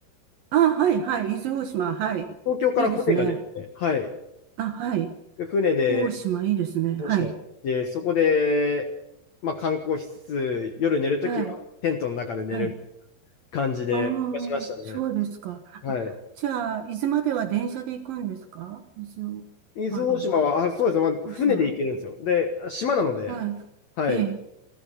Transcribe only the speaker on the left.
東京から船が出て、
はい。
で船で
大島行って、
そこで、まあ観光しつつ、夜寝るときはテントの中で寝る
感じでしましたね。
はい。
伊豆大島は、あ、そうですね。まあ船で行けるんですよ。
で、島なので、
はい。